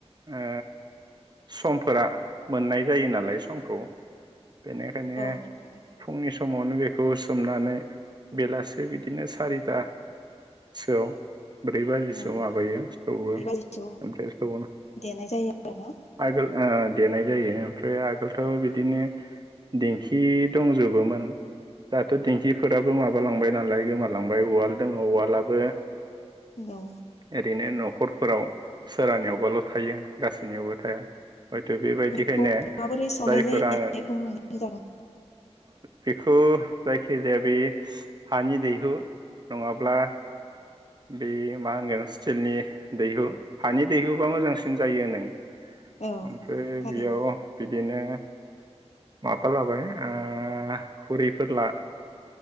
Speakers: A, on the right; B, on the left.
A: ओ समफोरा मोननाय जायो नालाय समखौ। बेनिखायनो
B: औ थारैनो
A: फुंनि सम समावनो बेखौ सोमनानै बेलासे बिदिनो ता सोआव ब्रै बाजिसोआव
B: औ
A: माबायो सौवो
B: ब्रै बाजिसोआव
A: ओमफ्राय सौ
B: देनाय जायो आरोना
A: आगोल देनाय जायो। ओमफ्राय आगोलथ' बिदिनो दिंखि दंजोबोमोन दाथ' दिंखिफोराबो माबालांबाय नालाय गोमा लांबाय उवाल दङ उवालाबो
B: औ
A: ओरैनो न' न'खरफोराव सोरानियावबाल' थायो गासैनियावबो थाया। हयथ' बेबायदिखायनो
B: बेखौ माबोरै सावनाय
A: जायफोरा
B: जायो एसे बुंनानै जागोन
A: बेखौ जायखिजाया बे हानि दैहु नङाब्ला बे मा होनगोन स्टिलनि दैहु हानि दैहुबा मोजांसिन जायो नों
B: औ
A: ओमफ्राय
B: थारैनो
A: बेयाव बि बिदिनो माबा लाबाय ओ खुरैफोर ला